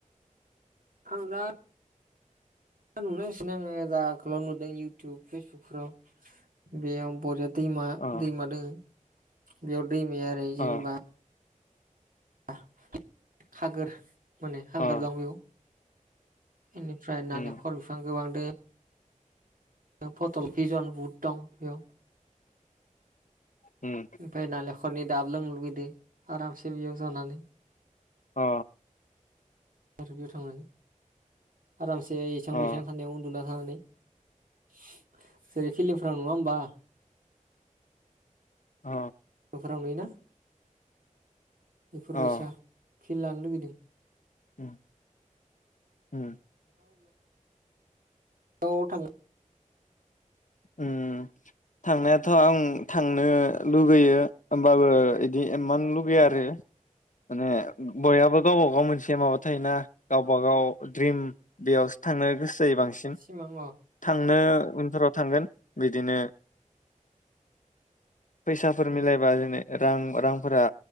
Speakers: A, on the right; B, on the left.
A: आं दा <unintelligible> आङो जा आगोलाव नुदों इउटुब फेसबुकफोराव बेयाव बर दैमा
B: अ
A: दैमादो बेआव दैमाया ओरै
B: अ
A: जेनेबा <unintelligible> खागोर माने हागार
B: अ
A: दं बेयाव। बेनिफ्राय नालेखर
B: उम
A: बिफां गोबां दं। <unintelligible> पटल भिजन बुहोद दं बेयाव
B: उम
A: फाय नालेख खरनि दाब लोंनो लुुबैदो आरामसे बेयाव जनानै।
B: अ।
A: आरो बेयाव थांनानै आरामसे एसां
B: अ
A: बैसां थान्दायाव उन्दु <unintelligible> जेरै फिलिमफोराव नुवा होम्बा।
B: अ
A: फोराव नोयो ना। बेफोर
B: अ
A: बायैसा खेल लानो लुबैदों।
B: उम उम।
A: औ थाङो।
B: उम थांनायाथ' आं थांनो लुगैयो होमबाबो इदि इमान लुगैया आरो माने बयहाबो गावबागाव मोनसे माबा थायोना गावबा गाव द्रिम बेयावसो थांनो गोसो जायो बांसिन
A: सिमां अ
B: थांनो <unintelligible> थांगोन बिदिनो फैसाफोर
A: उम।
B: मिलायबा जेने रां रांफोरा